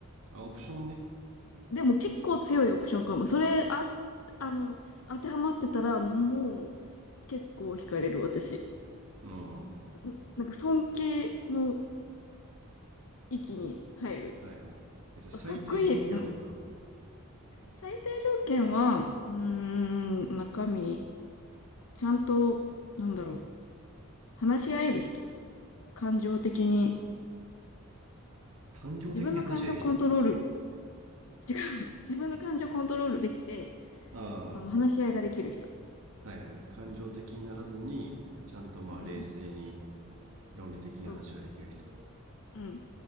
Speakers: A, on the right; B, on the left.
A: あ、オプションね。
B: でも結構強いオプションかも。それ、あ、あの、当てはまってたら、もう結構惹かれる私。
A: うん。は
B: んなんか尊敬の域に入る。
A: いはい。えじゃあ最低条件はどこだ
B: あかっこいい。うん最低条件は、うーん、中身。ちゃんと、なんだろう、話し合える人、感情的に、
A: 感情的に話し合える人。
B: 自分の感情コントロール、違う、<laughs> 自分の感情コントロールできて、
A: あ
B: あの、話し合いができる人。
A: あ、はいはい。感情的にならずに、ちゃんとまあ冷静に
B: うん、
A: 論理的に話ができる人。
B: そう、うん、